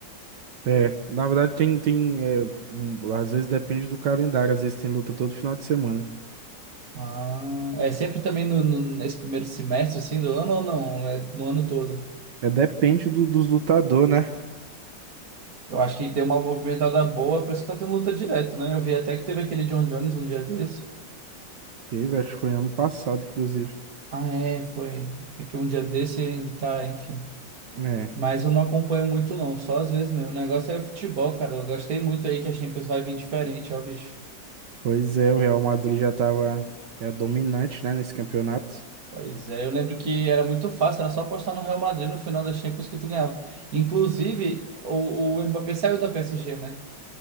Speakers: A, on the right; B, on the right.
A: É, na verdade tem, tem é, um, às vezes depende do calendário, às vezes tem luta todo final de semana.
B: Ah, é sempre também no, no- nesse primeiro semestre, assim, do ano ou não? É no ano todo.
A: É, depende do, dos lutador, né?
B: Eu acho que deu uma movimentada boa, por isso que tá tendo luta direto, né? Eu vi até que teve aquele John Jones um dia desse.
A: Teve, acho que foi ano passado, inclusive.
B: Ah, é, foi. É que um dia desse ainda tá, enfim.
A: É,
B: Mas eu não acompanho muito, não. Só às vezes mesmo. O negócio é futebol, cara. Eu gostei muito aí que a Champions vai vir diferente, ó, bicho.
A: pois é, o Real Madrid já tava é dominante, né, nesse campeonato.
B: Pois é, eu lembro que era muito fácil, era só apostar no Real Madrid no final da Champions que tu ganhava. Inclusive, o, o Mbappé saiu da PSG, né?